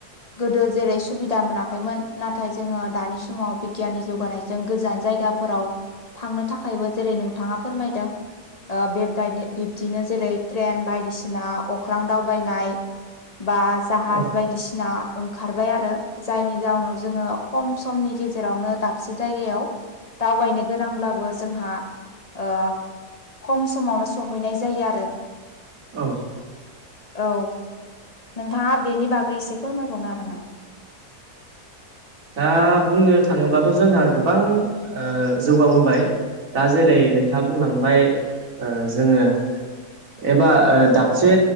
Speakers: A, on the left (about 30°); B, on the right (about 60°).
A: गोदो जेरै सुबिदा मोनाखैमोन नाथाय जोङो दानि समाव बिगियाननि जौगानाय जों गोजान जायगाफोराव थांनो थाखायबो जेरै नोंथाङा फोरमायदों। ओ बेबदाइद बिब्दिनो जेरै ट्रेन बायदिसिना अख्रां दावबायनाय बा जाहाज
B: औ
A: बायदिसिना ना ओंखारबाय आरो जायनि जाउनाव जोङो खम समनि गेजेरावनो दाबसे जायगायाव दावबायनो गोनांब्लाबो जोंहा ओ खम समावनो सहैनाय जायो आरो।
B: औ।
A: औ नोंथाङा बेनि बागै एसे फोरमायबावनो हागोन नामा?
B: दा बुंनो थाङोब्लाथ' जोंहा गोबां ओ जौगाबोबाय। दा जेरै नोंथाङा बुंलांबाय ओ जोङो एबा ओ दाबसे